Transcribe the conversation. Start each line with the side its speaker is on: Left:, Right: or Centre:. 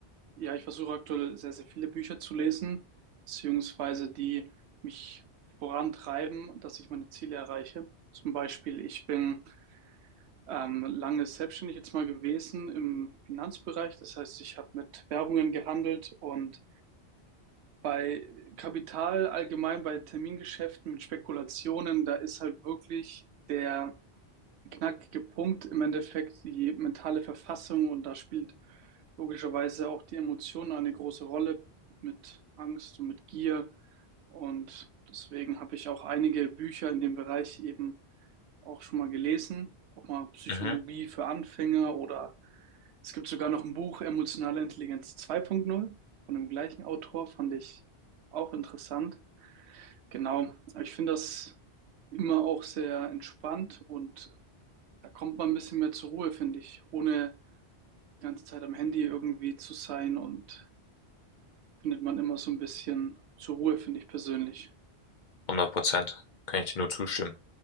Right: Ja, ich versuche aktuell sehr, sehr viele Bücher zu lesen, beziehungsweise die mich vorantreiben, dass ich meine Ziele erreiche. Zum Beispiel, ich bin ähm, lange selbstständig jetzt mal gewesen im Finanzbereich. Das heißt, ich habe mit Währungen gehandelt und bei Kapital allgemein, bei Termingeschäften mit Spekulationen, da ist halt wirklich der knackige Punkt im Endeffekt die mentale Verfassung und da spielt logischerweise auch die Emotion eine große Rolle mit Angst und mit Gier. Und deswegen habe ich auch einige Bücher in dem Bereich eben auch schon mal gelesen, auch mal Psychologie
Left: Mhm.
Right: für Anfänger oder es gibt sogar noch ein Buch Emotionale Intelligenz zwei Punkt null von dem gleichen Autor, fand ich auch interessant. Genau, aber ich finde das immer auch sehr entspannt und da kommt man ein bisschen mehr zur Ruhe, finde ich, ohne die ganze Zeit am Handy irgendwie zu sein und findet man immer so ein bisschen zur Ruhe, finde ich persönlich.
Left: hundert Prozent. Kann ich dir nur zustimmen.